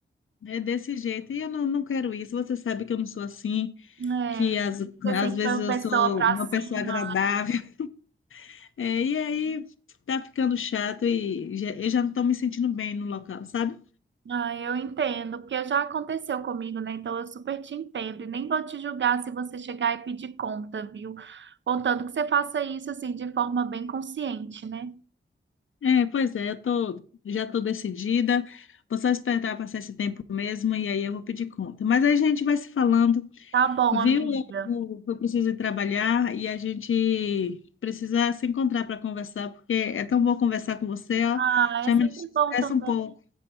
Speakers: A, on the left (about 85°); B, on the right (about 65°).
A: É desse jeito. E eu não, não quero isso. Você sabe que eu não sou assim,
B: É,
A: que às,
B: você
A: às
B: sempre
A: vezes
B: foi uma
A: eu
B: pessoa
A: sou
B: pra
A: uma
B: cima.
A: pessoa agradável. <laughs> É, e aí tá ficando chato e já- eu já não estou me sentindo bem no local, sabe?
B: Ah, eu entendo, porque já aconteceu comigo, né? Então eu super te entendo e nem vou te julgar se você chegar e pedir conta, viu? Contanto que você faça isso assim de forma bem consciente, né?
A: É, pois é, eu tô, já tô decidida. Vou só esperar passar esse tempo mesmo e aí eu vou pedir conta. Mas aí a gente vai se falando,
B: Tá bom,
A: viu?
B: amiga.
A: Eu, vou- eu preciso ir trabalhar e a gente precisa se encontrar para conversar, porque é tão bom conversar com você, ó.
B: Ah,
A: Já
B: é
A: me
B: sempre
A: estressa
B: bom também.
A: um pouco.